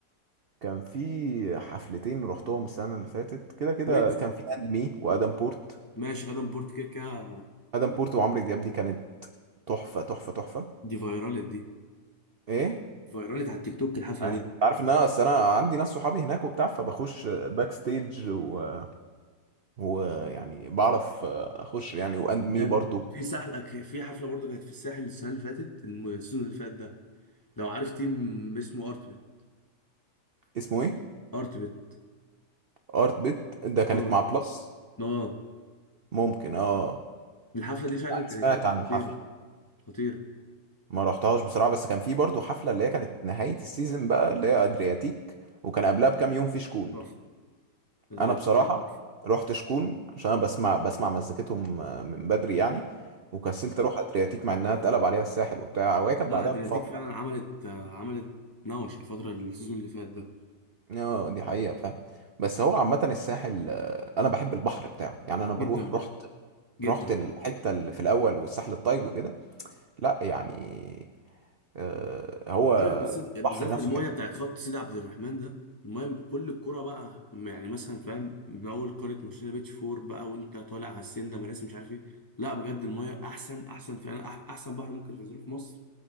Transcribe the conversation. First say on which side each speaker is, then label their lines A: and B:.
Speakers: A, on the right; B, on the left.
A: كان في حفلتين رحتهم السنه اللي فاتت كده كده
B: ويجز
A: كان في اند مي وادم بورت
B: ماشي ادم بورت كده كده
A: ادم بورت وعمرو دياب دي كانت تحفه تحفه تحفه
B: دي فايرالت دي
A: ايه
B: فايرالت على التيك توك الحفله
A: آه،
B: دي
A: عارف ان انا اصل انا عندي ناس صحابي هناك وبتاع فبخش باك ستيج و... ويعني بعرف اخش يعني واند مي
B: جامد
A: برضو
B: في ساحل في حفله برضه كانت في الساحل السنه اللي فاتت الم- السيزون اللي فات ده لو عارف تيم اسمه ارتبت
A: اسمه ايه
B: ارتبت
A: ارت بيت ده كانت
B: اه
A: مع بلس
B: اه
A: ممكن اه
B: الحفله دي فعلا
A: يعني
B: كانت
A: سمعت عن الحفله
B: خطيره خطيره
A: ما رحتهاش بصراحه بس كان في برضو حفله اللي هي كانت نهايه السيزون بقى اللي هي ادرياتيك وكان قبلها بكام يوم في شكون
B: تحفه كانت
A: انا بصراحه
B: كانت تحفه
A: رحت شكون عشان انا بسمع بسمع مزيكتهم آه، من بدري يعني وكسلت اروح ادرياتيك مع انها اتقلب عليها الساحل وبتاع وهي كان
B: لا
A: بعدها
B: ادرياتيك
A: بفتره
B: فعلا عملت آه، عملت نوش الفتره السيزون اللي فات ده
A: يعني اه دي حقيقه فعلا بس هو عامه الساحل آه، انا بحب البحر بتاعه يعني انا بروح
B: جدا بقى
A: رحت
B: جدا
A: رحت الحته اللي في الاول والساحل الطيب وكده لا يعني آه، هو
B: عارف بالذات
A: البحر
B: بالذات
A: نفسه
B: المايه
A: حلو
B: بتاعت خط سيدي عبد الرحمن ده المايه كل الكرة بقى يعني مثلا فاهم من اول قاره مارسيليا بيتش فور بقى وانت طالع على السن ده مراسي مش عارف ايه لا بجد المايه احسن احسن فعلا أح- احسن بحر ممكن تنزله في مصر